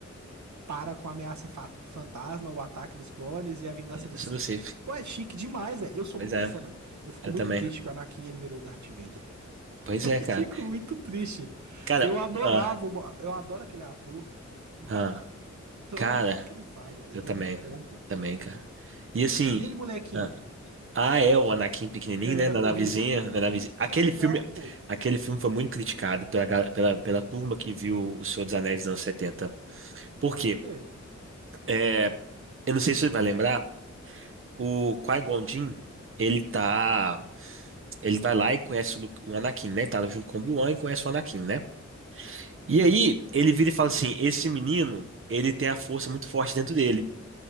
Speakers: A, on the right; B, on the right.
A: compara com Ameaça Fa- Fantasma, O Ataque dos Clones e A Vingança do
B: Eu
A: Sith.
B: sou do Cif.
A: Pô, é chique demais, velho. Eu sou
B: Pois
A: muito
B: é,
A: fã, mano. Eu fico
B: eu
A: muito
B: também.
A: triste que o Anakin ele virou Darth Vader. <laughs>
B: Pois
A: Eu
B: é, cara.
A: fico muito triste.
B: Cara,
A: Eu adorava,
B: ah,
A: o eu adoro aquele ator. Eu
B: ah,
A: <laughs> adoro
B: cara.
A: tudo que ele faz, velho.
B: Eu
A: Ele
B: também.
A: é muito bom, pô.
B: Também, cara. E assim.
A: E ele, molequinho?
B: Ah, ah, é, o Anakin pequenininho,
A: ganhando
B: né? Na
A: a corrida.
B: navezinha, na navezinha.
A: Muito
B: Aquele
A: legal,
B: filme,
A: pô.
B: aquele filme foi muito criticado pela, gal- pela, pela turma que viu O Senhor dos Anéis dos anos 70. Por quê?
A: Por quê?
B: É, eu não sei se você vai lembrar, o Qui-Gon Jinn, ele tá. Ele vai lá e conhece o, Lu- o Anakin, né? Tá junto com o Obi-Wan e conhece o Anakin, né? E
A: Hum,
B: aí, ele vira e fala assim: esse menino, ele tem a força muito forte dentro dele.